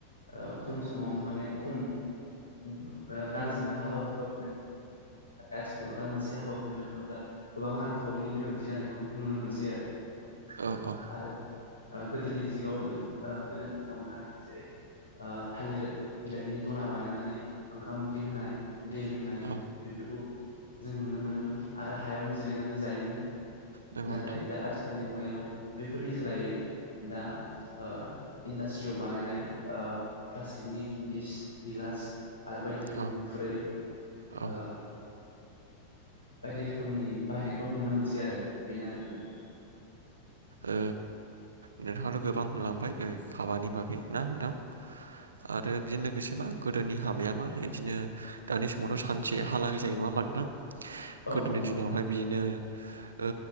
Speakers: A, on the left; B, on the right.
A: ओ खम समावनो माने खम ओ रांजोंनो हाबा <unintelligible> नाथाय आथिखालाव दा मोनसे हाबा खुंनो थाङोब्ला गोबां रांखावरिनि गोनां थि जानायखौ नुनो मोनसै आरो।
B: औ औ
A: आरो ओ गोदोनि दिगाव ओ गोदोनि दिनाव बाहायनाय जेरै ओ थालिर बिलाइनि दना बानायनानै ओंखाम ओंख्रि होनाय दै लोंनाय
B: औ
A: बे फोरखौ जों नुनो मोनोमोन आरो हायावनो जिरायनानै जायोमोन।
B: नंगौ
A: नाथाय
B: नोंथां
A: दा आथिखालनि मुगायाव बैफोरनि सोलायै दा ओ इन्डास्ट्रियाव बानायनाय ओ प्लास्टिक नि दिस गिलास आरो बायदि रोखोमनि
B: औ
A: खुरै
B: औ
A: ओ बायदि रोखोमनि बाहायनायखौ नुनो मोनसै आरो बेनो नोंथां।
B: ओ नोंथाङाथ' गोबां होनलांबाय ओ हाबानि बागै ना नोंथां। आरो बिजों लोगोसे मा गोदोनि हाबाया मा इदिनो दानि समावथ' सानसे हालागै जायो नङा होमबा नोंथां।
A: औ
B: गोदोनि
A: नोंथां
B: दिनावहाय बिदिनो ओ